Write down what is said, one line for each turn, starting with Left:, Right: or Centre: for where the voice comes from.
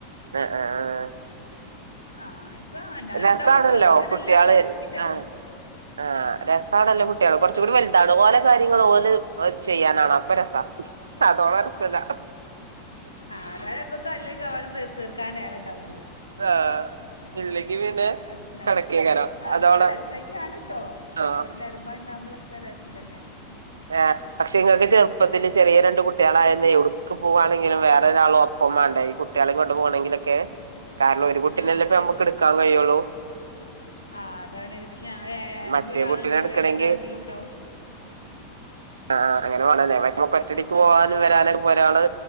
Right: ആ ആഹ്. ആഹ്
Left: ആഹ് ഇപ്പൊ എന്നാലും
Right: രസാണല്ലോ
Left: ഉണ്ടാവൂട്ടൊ. ഇല്ലാന്നല്ല
Right: കുട്ട്യാള്
Left: എടക്ക് ചെലപ്പണ്ടാവും.
Right: ആഹ് ആഹ് രസാണല്ലോ കുട്ടിയേള്. കൊറച്ചും കൂടി വൽതാണം. ഓലെ കാര്യങ്ങള്
Left: ഓ
Right: ഓലെ ഓൽ ചെയ്യാനാവണം അപ്പരസാ അതോളം രസല്ല.
Left: ആഹ് അതായത് മ്മക്ക് തല്ലൊക്കെ അവടെ തീർ തീർക്കാനെ നേരെണ്ടാവൊള്ളു.
Right: ആഹ്. ഇല്ലെങ്കി പിന്നെ
Left: ആഹ് നല്ല
Right: കണക്കേക്കാരം
Left: ആ
Right: അതോളം
Left: നല്ല രസക്കാണ് ട്ടോ
Right: ആഹ്
Left: ഓരല്ലാരും ണ്ടാവുമ്പളൊക്കെ രസം തന്നെ
Right: ആഹ്, പക്ഷെ ഇങ്ങക്ക് ചെറുപ്പത്തില് ചെറിയേ രണ്ട് കുട്ടി ളായന്ന് എവ്ട്ക്ക് പോവാണെങ്കിലും വേറൊരാളോ ഒപ്പം വാണ്ടേ ഈ കുട്ടിയേളീം കൊണ്ട് പോണെങ്കിലൊക്കെ?
Left: <inaudible>
Right: കാരണം ഒരു കുട്ടിനെല്ലേപ്പൊ
Left: ആ ഏ-
Right: ഞമ്മക്ക് ഇട്ക്കാൻ കഴിയൊള്ളൂ?
Left: ആ അതാണ് പക്ഷെ ആ ആരെങ്കിരാള്ണ്ടാവും
Right: മറ്റേ കുട്ടിനെ എടുക്കണെങ്കി
Left: ഏട്ടനാരെങ്കിലും ഇണ്ടാവും.
Right: അ ആഹ് അങ്ങനെ വാണല്ലേ മ്മക്ക് ഒറ്റടിക്ക്
Left: ആ
Right: പോവാനും
Left: ല-
Right: വരാനൊക്കെ പ്പൊരാള്